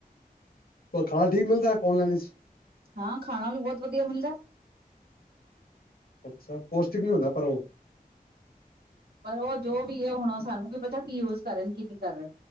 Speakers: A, on the left; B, on the right.
A: ਪਰ ਖਾਣਾ ਠੀਕ ਮਿਲਦਾ ਔਨਲਾਈਨ?
B: ਹਾਂ ਖਾਣਾ ਵੀ ਬਹੁਤ ਵਧੀਆ ਮਿਲਦਾ।
A: ਅੱਛਾ ਪੋਸ਼ਟਿਕ ਨੀ ਹੁੰਦਾ ਪਰ ਉਹ
B: ਪਰ ਉਹ ਜੋ ਵੀ ਹੈ ਹੁਣ ਉਹ ਸਾਨੂੰ ਕੀ ਪਤਾ ਕੀ ਯੂਜ ਕਰ ਰ ਕੀ ਨਹੀਂ ਕਰ ਰਹੇ,